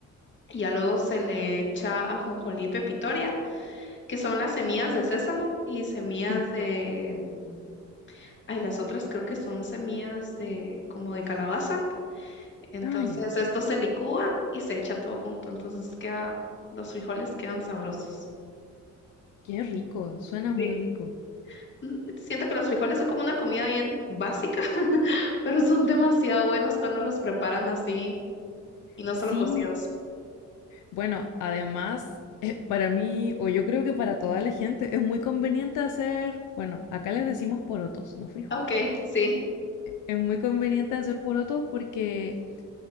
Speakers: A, on the left; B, on the left.
A: Y ya luego se le echa ajonjolí y pepitoria, que son las semillas de sésamo y semillas
B: Sí.
A: de... mm, Ay, las otras creo que son semillas de como de calabaza. Entonces
B: Ah, ya.
A: esto se licúa y se echa todo junto, entonces queda, los frijoles quedan sabrosos.
B: Qué rico, suena muy
A: Sí.
B: rico.
A: Mm, Siento que los frijoles son como una comida bien básica, <laughs> pero son demasiado buenos cuando los preparan así y no
B: Sí,
A: solo cocidos.
B: bueno, además, eh, para mí, o yo creo que para toda la gente, es muy conveniente hacer, bueno, acá les decimos porotos, no frijoles.
A: Ok, sí,
B: Es muy conveniente hacer porotos porque